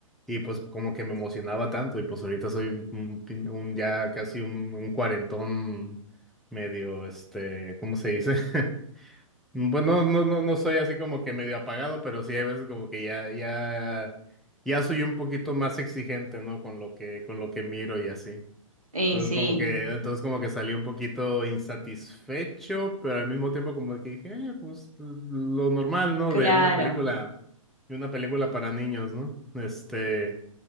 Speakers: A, in the centre; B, on the right.
A: y pues como que me emocionaba tanto y pues ahorita soy un, pin- un ya casi un, un cuarentón medio, este, ¿cómo se dice? <laughs> Bueno, no, no, no soy así como que medio apagado, pero sí hay veces como que ya, ya, ya soy un poquito más exigente, ¿no? Con lo que, con lo que miro y así.
B: y
A: Entonces
B: sí,
A: como que, entonces como que salí un poquito insatisfecho, pero al mismo tiempo como que dije, "Eh, pues lo normal, ¿no?
B: claro,
A: De una película, de una película para niños, ¿no? Este,